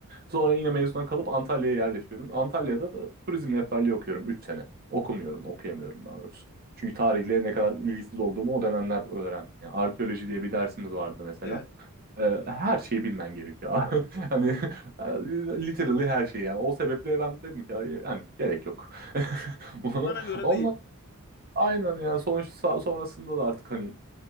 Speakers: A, on the right; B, on the left.
A: Sonra yine mezuna kalıp Antalya'ya yerleşiyorum. Antalya'da da turizm rehberliği okuyorum 3 sene. Okumuyorum, okuyamıyorum daha doğrusu. Çünkü tarihle ne kadar ilgisiz olduğumu o dönemler öğrendim. Yani arkeoloji diye bir dersimiz vardı mesela.
B: Evet.
A: Ee, her şeyi bilmen gerekiyor. <laughs> Hani literally her şeyi yani. O sebeple ben dedim ki hani gerek yok. <laughs> Ona-
B: Bana göre
A: Ondan
B: değil.
A: Aynen yani sonuçta sonrasında da artık hani